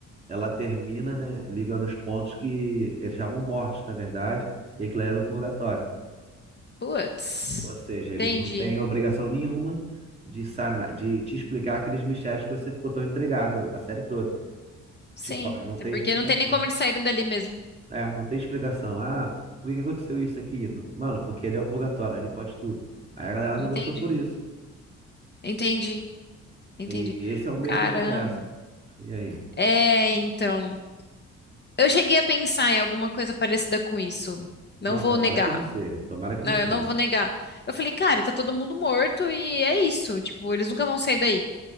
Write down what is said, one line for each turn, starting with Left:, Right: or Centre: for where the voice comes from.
Right: Ela termina, né, ligando os pontos que eles estavam mortos, na verdade, e aquilo era o purgatório.
Left: Putz,
Right: Ou seja, eles
Left: entendi.
Right: não têm obrigação nenhuma de sanar, de te explicar aqueles mistérios que você ficou tão entregado a série toda.
Left: Sim,
Right: Tipo, ó, não
Left: até
Right: tem
Left: porque
Right: explicação.
Left: não tem nem como eles saírem dali mesmo.
Right: É, não tem explicação. Ah, por que que aconteceu isso aqui? N- Mano, porque ele é o purgatório, ele pode tudo. Aí a galera
Left: Entendi,
Right: não gostou por isso.
Left: entendi, entendi.
Right: E esse é o medo
Left: Caramba.
Right: que eu tô dessa. E aí?
Left: É, então. Eu cheguei a pensar em alguma coisa parecida com isso. Não
Right: Não,
Left: vou
Right: tomara
Left: negar.
Right: que não seja. Tomara que
Left: Não,
Right: não seja.
Left: eu não vou negar. Eu falei, cara, tá todo mundo morto e é isso. Tipo, eles nunca vão sair daí.